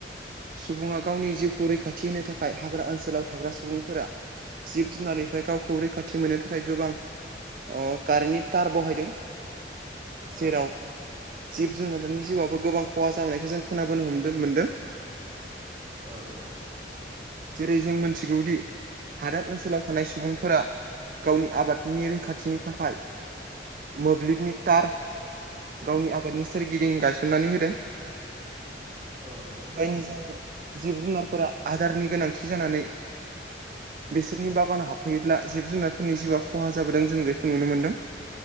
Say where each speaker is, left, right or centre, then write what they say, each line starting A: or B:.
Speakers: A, on the right (about 45°); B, on the right (about 30°).
A: सुबुङा गावनि जिउखौ रैखाथि होनो थाखाय हाग्रा ओनसोलाव थाग्रा सुबुंफोरा जिब जुनारनिफ्राय गावखौ रैखाथि मोननो थाखाय गोबां अ कारेन्टनि थटार बहायदों।
B: औ
A: जेराव
B: नोंथां
A: जिब जुनारनि जिउआवबो गोबां खहा जाबोनायखौ जों खोनाबोनो हमदों मोनदों।
B: औ नोंथां
A: जेरै जों मिथिगौदि हादोर ओनसोलाव थानाय सुबुंफोरा गावनि आबादनि रैखाथिनि थाखाय मोब्लिबनि थार गावनि आबादनि सोरगिदिं गायसननानै होदों
B: औ नोंथां
A: जायनि जाहोनाव जिब जुनारफोरा आदारनि गोनांथि जानानै बिसोरनि बागानाव हाबफैयोब्ला जिब जुनारफोरनि जिउआ खहा जाबोदों जों बेखौ नुनो मोनदों।